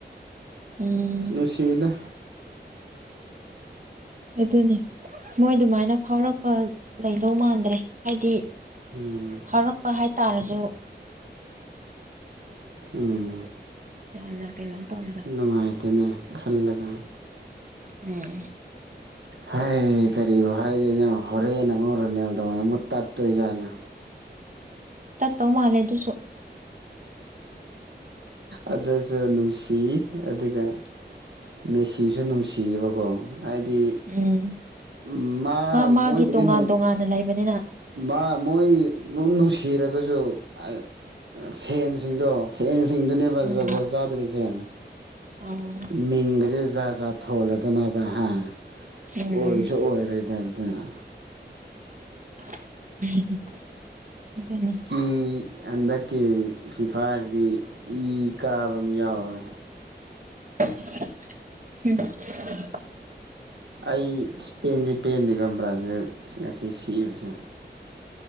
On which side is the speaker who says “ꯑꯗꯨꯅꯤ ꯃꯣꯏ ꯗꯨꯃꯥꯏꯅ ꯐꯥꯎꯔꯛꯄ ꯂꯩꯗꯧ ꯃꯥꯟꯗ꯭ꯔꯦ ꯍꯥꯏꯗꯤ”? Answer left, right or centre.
Right